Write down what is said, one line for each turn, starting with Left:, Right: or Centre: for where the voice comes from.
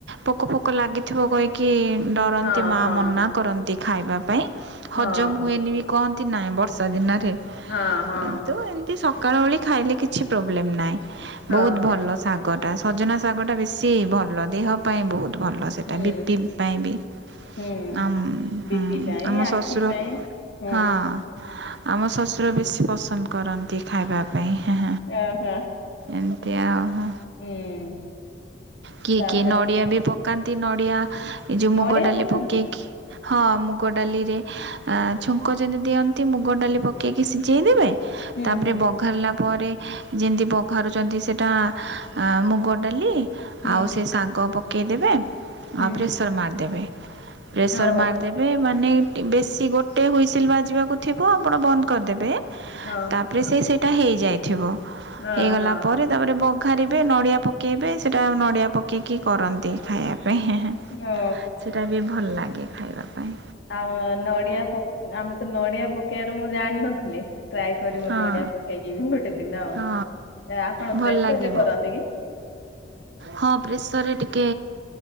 Right: ପୋକ ଫୋକ ଲାଗି ଥିବ କହିକି ଡରନ୍ତି
Left: ହଁ
Right: ମା
Left: ହଁ
Right: ମନା କରନ୍ତି ଖାଇବା ପାଇଁ
Left: ହଁ
Right: ହଜମ ହୁଏନି ବି କହନ୍ତି ନାହିଁ ବର୍ଷା ଦିନରେ
Left: ହଁ ହଁ।
Right: କିୁନ୍ତୁ ଏ ସକାଳ ଓଳୀ ଖାଇଲେ କିଛି ପ୍ରୋବ୍ଲେମ ନାହିଁ ବହୁତ
Left: ଓହୋ
Right: ଭଲ ଶାଗ। ଶାଗଟା ସଜନା ଶାଗ ଟା ବେଶି ଭଲ ଦେହ ପାଇଁ ବହୁତ ଭଲ ସେଇଟା
Left: ହୁଁ
Right: ବି ପି ପାଇଁ ବି।
Left: ହୁଁ
Right: ଆଁ
Left: ବିପି
Right: ହୁଁ
Left: ପାଇଁ
Right: ଆମ
Left: ଆଖି
Right: ଶଶୁର
Left: ପାଇଁ ହୁଁ
Right: ହଁ। ଆମ ଶଶୁର ବେଶୀ ପସନ୍ଦ କରନ୍ତି। ଖାଇବା ପାଇଁ
Left: ଓହୋ
Right: ଏମିତି ଆଉ।
Left: ହୁଁ
Right: କିଏ
Left: ତାପରେ
Right: କିଏ ନଡିଆ ବି ପକାନ୍ତି ନଡିଆ ଏ ଯୋଉ
Left: ନଡିଆ
Right: ମୁଗ ଡାଲି
Left: ପକାନ୍ତି
Right: ପକେଇକି। ହଁ ମୁଗ ଡାଲିରେ ଛୁଙ୍କ ଯମିତି ଦିଅନ୍ତି ମୁଗ ଡାଲି ପକେଇକି ସିଝେଇ ଦେେବେ।
Left: ହୁଁ
Right: ତାପରେ
Left: ହୁଁ
Right: ବଘାରିଲା ପରେ ଯେମିତି ବାଘରୁଛନ୍ତି ସେଇଟା ମୁଗ ଡାଲି
Left: ହୁଁ
Right: ଆଉ ସେ ଶାଗ ପକ୍ ପକେଇଦବେ
Left: ହୁଁ
Right: ଆଉ ପ୍ରେସର ମାରିଦେବେ ପ୍ରେସର
Left: ଓ
Right: ମାରିଦେବେ ଏବେ ମାନେ ବେଶୀ ଗୋଟେ ହୁଇସିଲ୍ ବାଜିବାକୁ ଥିବ ଆପଣ ବନ୍ଦ କରିଦେବେ।
Left: ହଁ
Right: ରେ ସେ ସେଇଟା ହେଇଯାଇଥିବ
Left: ଓହୋ
Right: ହେଇଗଲା ପରେ। ତାପରେ ବଘାରିବେ ନଡ଼ିଆ ପକାଇବେ ସେଇଟା ନଡ଼ିଆ ପକାଇକି କରନ୍ତି ଖାଇବା ପାଇଁ।
Left: ଓ
Right: ସେଟା ବି ଭଲ ଲାଗେ ଖାଇବା ପାଇଁ।
Left: ଆ ନଡିଆ ଆମେ ତ ନଡିଆ ପକେଇବାର ମୁଁ ଜାଣିନଥିଲି। ଟ୍ରାଏ କରିବୁ
Right: ହଁ
Left: ନଡିଆ ପକେଇକି ବି ଗୋଟେ ଦିନ ଆଉ
Right: ହଁ
Left: ଆପଣ
Right: ଭଲ
Left: ପ୍ରେସର
Right: ଲାଗିବ।
Left: ରେ କରନ୍ତି କି।
Right: ହଁ ପ୍ରେସରରେ ଟିକେ